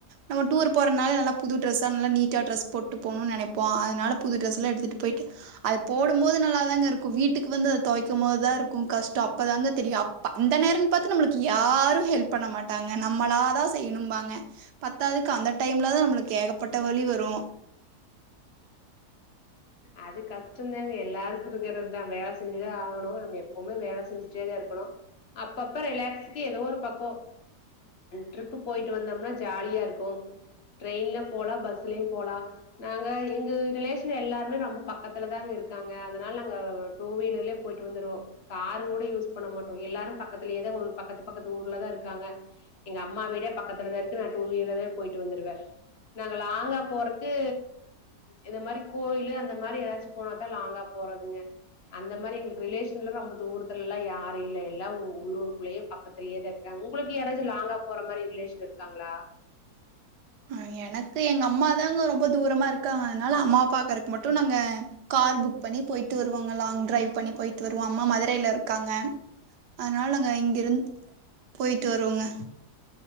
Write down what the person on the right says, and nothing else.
நம்ம டூர் போறனால நல்லா புது டிரெஸ்ஸா நல்லா நீட்டா டெஸ் போட்டு போணுனு நினைப்போ அதனால புது டாம் எடுத்துட்டு போயிட்டு போட போடபோது நல்லாதாங்க இருக்கு வீட்டுக்கு வந்து அத துவைக்கு போதுதா இருக்குகஷ்டம அப்பதாங்க தெரியு அப்ப அந்த நேரநம்மளுக்கு யாருஹெல்ப் பண்ண மாட்டாங்க நம்மள தா செய்யணுபாங்க பத்தாவதுக்கு அந்த டைம்ல தா நம்மளுக்கு ஏகப்பட்ட வலி வரு
அ எனக்கு எங்க அம்மாதாங்க ரொம்ப தூரமா இருக்காங்க அதனால அம்மாப்பாக்கறக்கு மட்டு நாங்க கார் புக் பண்ணி போயிட்டு வருவோங்க லாங் டைவ் பண்ணி போயிட்டு வருவோ அம்மா மதுரையில இருக்காங்க அதனால நாங்க இங்கிருந்து போயிட்டு வருவோங்க